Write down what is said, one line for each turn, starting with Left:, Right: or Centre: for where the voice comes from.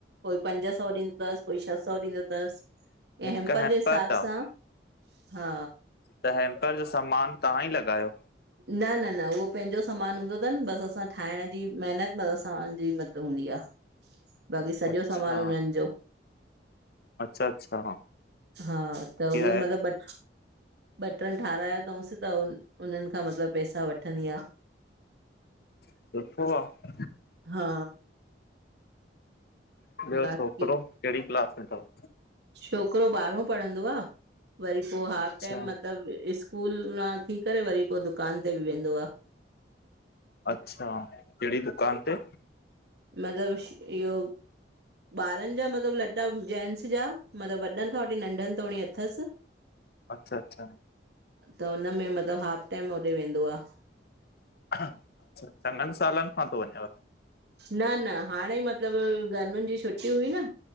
Right: कोई पंज सौ ॾींदसि कोई छह सौ ॾींदो अथसि,
Left: हिकु
Right: ऐं हेम्पर
Left: हैम्पर
Right: जे हिसाब
Left: अथव
Right: सां हा
Left: त हेम्पर जो सामान तव्हां ई लॻायो?
Right: न-न-न उहो पंहिंजो समान हूंदो अथसि। बसि असां ठाहिणु जी महिनत असांजी मतिलबु हूंदी आहे। बाक़ी सॼो
Left: अच्छा
Right: सामान हुननि जो।
Left: अच्छा, अच्छा।
Right: हा, त
Left: इहा
Right: उहे
Left: आहे
Right: मतिलबु ॿ टे ठाहिरायो अथसि त हुननि खां मतिलबु पैसा वठंदी आ।
Left: सुठो आहे
Right: हा।
Left: ॿियो
Right: बाक़ी
Left: छोकरो कहिॾी क्लास में अथव?
Right: छोकरो ॿारहो पढ़ंदो आहे, वरी पोइ हाफ
Left: अच्छा
Right: टाइम मतिलबु स्कूल स्कूल मां थी करे वरी पोइ दुकान ते बि वेंदो आहे।
Left: अच्छा, कहिॾी दुकान ते?
Right: मतिलबु इहो ॿारनि जा मतिलबु लत्ता, जेन्टस् जा मतिलबु वॾनि खां वठी नंढनि तोणी अथसि। <unintelligible>
Left: अच्छा, अच्छा
Right: त हुनमें मतिलबु हाफ टाइम होॾे वेंदो आ
Left: खां अ्छा चङनि सालनि खां थो वञेव?
Right: न न हाणे ई मतिलबु गर्मियुनि जी छुट्टी हुई न